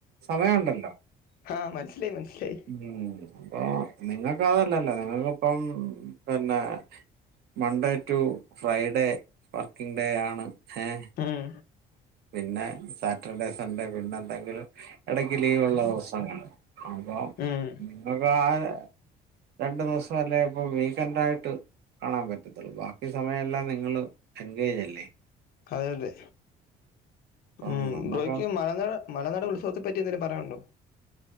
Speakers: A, on the right; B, on the left.
A: സമയംണ്ടല്ലോ
B: ആഹ് മനസ്സിലായി മനസ്സിലായി
A: ഉം അപ്പൊ നിങ്ങൾക്ക് അതല്ലല്ലോ നിങ്ങൾക്കിപ്പം പിന്നെ Monday to Friday working day ആണ് ഏഹ്‌
B: ഉം
A: പിന്നെ ഡേ സൺഡേ പിന്നെ എന്തെങ്കിൽ ഇടക്ക് ലീവ് ഉള്ള ദിവസങ്ങ അപ്പ
B: ഉം
A: നമക്ക് ആഹ് രണ്ടു ദിവസ അല്ലേ ഇപ്പ വീക്ക് ൻറായിട്ട് കാണാൻ പറ്റത്തുള്ളൂ ബാക്കി സമയമ എല്ലാം നിങ്ങള് എൻഗേജല്ലേ
B: അതെ അതെ
A: അപ്പം
B: ഉം
A: നമ്മുക്ക്
B: ബ്രോഹക്ക് മലന്നര മലനാട് ഉത്സവത്തെ പറ്റി എന്തേിലും പറയാനുണ്ടോ